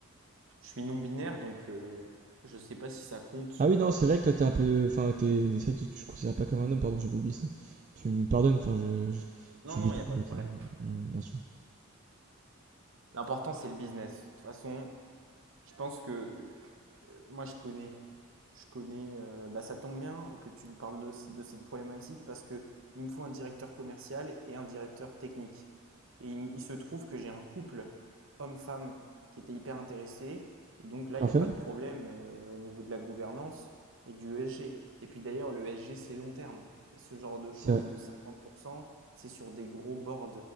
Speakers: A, on the right; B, on the right.
A: je suis non binaire donc euh, je sais pas si ça compte.
B: Ah oui, non, c'est vrai que toi, t'es un peu. Enfin, t'es. C'est vrai que tu te considères pas comme un homme, pardon, j'avais oublié ça. Tu me pardonnes, enfin, je. je- J'oublie
A: Non non,
B: tout,
A: il n'y a pas de
B: autant.
A: problème.
B: Ouais, bien sûr.
A: L'important c'est le business. De toute façon, je pense que euh, moi je connais Je connais, euh, bah, ça tombe bien que tu me parles de, ce- de cette problématique parce que il me faut un directeur commercial et un directeur technique. Et il, me- il se trouve que j'ai un couple homme-femme qui était hyper intéressé. Et donc là,
B: Parfait,
A: il n'y a pas de problème euh, au niveau de la gouvernance et du ESG. Et puis d'ailleurs, le ESG, c'est long terme. Ce genre de
B: c'est
A: choses
B: vrai.
A: de cinquante pour cent c'est sur des gros boards,